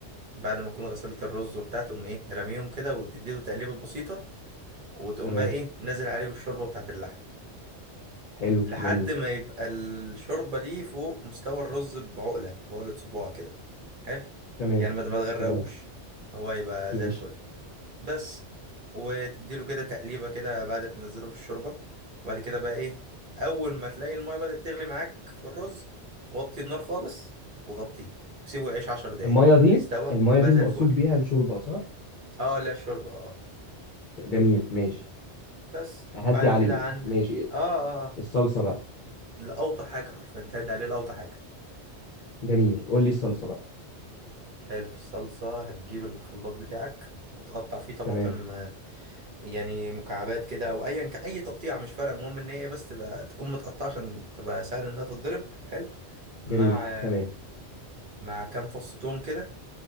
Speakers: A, on the right (about 50°); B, on the left (about 55°).
A: بعد ما تكون غسلت الرز وبتاع تقوم ايه رميهم كده وتديله تقليبه بسيطه وتقوم
B: تمام
A: بقى ايه نازل عليه بالشوربه بتاعت اللحم
B: حلو
A: لحد
B: جميل
A: ما يبقى الشوربه دي فوق مستوى الرز بعقله بعقله صباع كده حلو
B: تمام
A: يعني ما ما تغرقوش
B: تمام
A: هو هيبقى
B: ماشي
A: زي الفل بس وتديله كده تقليبة كده بعد ما تنزله في الشوربة وبعد كده بقى ايه أول ما تلاقي المية بدأت تغلي معاك في الرز وطي النار خالص وغطيه وسيبه يعيش عشر دقايق
B: الميه دي
A: ليه استوى
B: الميه
A: وبقى
B: دي المقصود
A: زي الفل
B: بيها الشوربه صح
A: اه لا الشوربة اه
B: جميل ماشي
A: بس
B: اهدي
A: بعد
B: عليه
A: كده عند
B: ماشي
A: اه اه آه.
B: الصلصه بقى
A: لأوطى حاجة حرفيا تهد عليه لأوطى حاجة
B: جميل قول لي الصلصه بقى
A: تحلو في الصلصة هتجيب الخلاط بتاعك وتقطع فيه طماطم
B: تمام
A: يعني مكعبات كده او ايا ك- اي تقطيع مش فارق المهم ان هي بس تبقى تكون متقطعه عشان تبقى سهل انها تتضرب حلو مع
B: جميل تمام
A: مع كام فص توم كده